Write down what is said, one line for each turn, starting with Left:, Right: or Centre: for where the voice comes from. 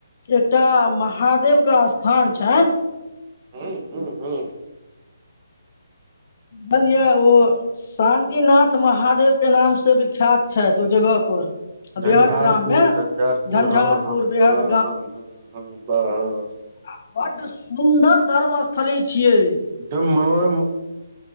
Left: एकटा महादेव कऽ स्थान छैन
Right: हूम्ह हूँ-हूँ।
Left: भलिया ओ शांतिनाथ महादेव के नाम से बिख्यात छैत ओ जगह पर।
Right: झंझारपुर
Left: बेहट ग्राम मे
Right: झंझारपुर
Left: झंझारपुर
Right: हँ-हँ-हँ-हँ-हँ
Left: बेहट
Right: हँ बाह हँ।
Left: आ बड सुन्दर धर्म स्थली छियै।
Right: एकदम मनोरम